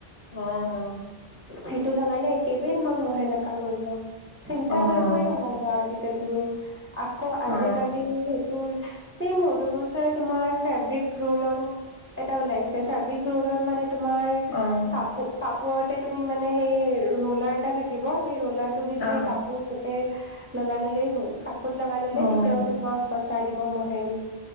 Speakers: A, on the left (about 60°); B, on the right (about 15°).
A: অহ',
B: সেইটো লগালে একেবেই তোমাক মহেনে কামৰিব চিন্তা
A: অঁ
B: কৰিবই নালাগে আৰু। তে তুমি আকৌ আজিকালি
A: অঁ
B: হেতুৰ ছেম হয় হেটো বছৰ তোমাৰ ফেব্ৰিক ৰল অন এটা ওলাইছে ফেব্ৰিক ৰল অন মানে তোমাৰ
A: অঁ
B: কাপো কাপোৰত তুমি মানে সেই ৰোলাৰ এটা থাকিব। সেই ৰোলাৰ টো দি তুমি
A: অঁ
B: কাপোৰ লগাই ললেই হ'ল। কাপত লগাই ললে
A: অঁ
B: তেতিয়াও তোমাক পচাই দিব মহেদি।